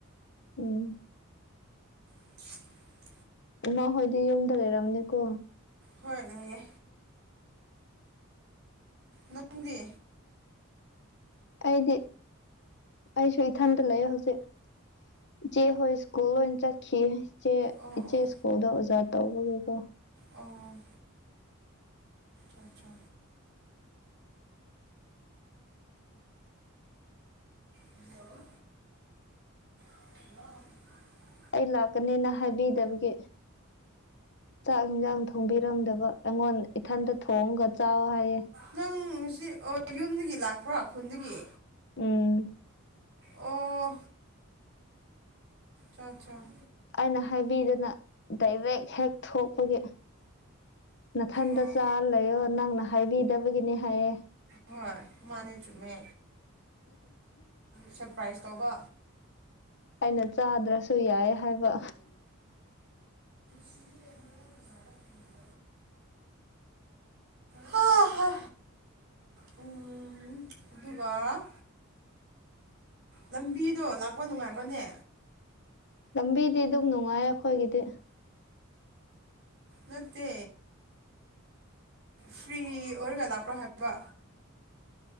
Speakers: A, on the left; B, on the right.
A: ꯎꯝ
B: <unintelligible>
A: ꯏꯃꯥ ꯍꯣꯏꯗꯤ ꯌꯨꯝꯗ ꯂꯩꯔꯝꯅꯤꯀꯣ
B: ꯍꯣꯏꯑꫭꯏꯌꯦ ꯅꯪꯗꯤ
A: ꯑꯩꯗꯤ ꯑꯩꯁꯨ ꯏꯊꯟꯇ ꯂꯩꯑꯦ ꯍꯧꯖꯤꯛ ꯏꯆꯦ ꯍꯣꯏ ꯁ꯭ꯀꯨꯜ ꯂꯣꯏꯅ ꯆꯠꯈꯤꯌꯦ ꯏꯆꯦ
B: ꯑꯣ
A: ꯏꯆꯦꯁ
B: ꯑꯣ
A: ꯇꯧꯗꫭ ꯑꯣꯖꯥ ꯇꯧꯕꯒꯤꯀꯣ
B: ꯑꯣ ꯑꯆꯥ ꯆꯥ ꯍꯜꯂꯣ ꯍꯜꯂꯣ
A: ꯑꯩ ꯂꯥꯛꯀꯅꯦꯅ ꯍꯥꯏꯕꯤꯗꯕꯒꯤ ꯆꯥꯛ ꯌꯦꯟꯁꯥꯡ ꯊ ꯊꯣꯡꯕꯤꯔꯝꯗꯕ ꯑꯩꯉꯣꯟ ꯏꯊꯟꯇ ꯊꯣꯡꯒ ꯆꯥꯎ ꯍꯥꯏꯌꯦ
B: ꯅꯪ ꯉꯁꯤ ꯑꯣ ꯌꯨꯝꯗꯒꯤ ꯂꯥꯛꯄ꯭ꯔ ꯈꯨꯟꯗꯒꯤ
A: ꯎꯝ
B: ꯑꯣ ꯑꯆ ꯆ
A: ꯑꯩꯅ ꯍꯥꯏꯕꯤꯗꯅ ꯗꯥꯏꯔꯦꯛ ꯍꯦꯛ ꯊꯣꯛꯄꯒꯤ ꯅꯥꯊꯟꯇ
B: ꯑꯣ
A: ꯆꯥ ꯂꯩꯌꯣ ꯅꯪꯅ ꯍꯥꯏꯕꯤꯗꯕꯒꯤꯅꯤ ꯍꯥꯏꯌꯦ
B: ꯍꯣꯏ ꯃꯥꯅꯦ ꯆꯨꯝꯃꯦ ꯁꯔꯄ꯭ꯔꯥꯏꯖ ꯇꯧꯕ
A: ꯑꯩꯅ ꯆꯥꯗ꯭ꯔꯁꯨ ꯌꯥꯏ ꯍꯥꯏꯕ
B: ꯁꯨꯔ <inaudible> ꯍꯥꯍꯥ ꯎꯝ ꯑꯗꯨꯒ ꯂꯝꯕꯤꯗꯣ ꯂꯥꯛꯄ ꯅꯨꯡꯉꯥꯏꯕ꯭ꯔꯅꯦ
A: ꯂꯝꯕꯤꯗꯤ ꯑꯗꯨꯝ ꯅꯨꯡꯉꯥꯏ ꯑꯩꯈꯣꯏꯒꯤꯗꯤ
B: ꯅꯠꯇꯦ ꯐ꯭ꯔꯤ ꯑꯣꯏꯔꯒ ꯂꯥꯛꯄ꯭ꯔꯣ ꯍꯥꯏꯕ